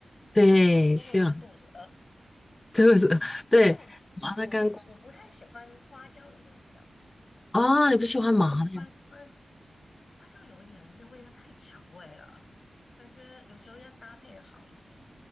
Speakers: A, on the left; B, on the left.
A: 对，
B: 听了就肚子饿。
A: 像 <laughs> 对对麻辣干锅
B: 但我我我不太喜欢花椒的味道，
A: 啊，你不喜欢麻的呀？
B: 因为我觉得花花花椒有一点那味道太抢味了，感觉有时候要搭配的好一点。